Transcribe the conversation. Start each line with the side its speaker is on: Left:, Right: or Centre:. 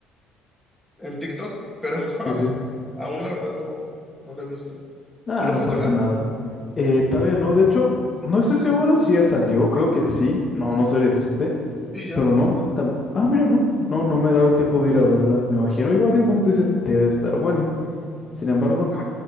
Centre: en TikTok, pero <laughs>
Left: sí, sí.
Centre: aún la verdad no, no la he visto.
Left: Ah,
Centre: ¿Tú lo
Left: no
Centre: fuiste
Left: pasa
Centre: a ver?
Left: nada. Eh, todavía no, de hecho, no estoy seguro si ya salió, creo que sí, no, no sé decirte,
Centre: Sí, ya,
Left: pero no.
Centre: ya salió.
Left: tam- Ah, mira, no, no, no me he dado el tiempo de ir a verla, me imagino, igual que como tú dices, debe estar buena. Sin embargo, no,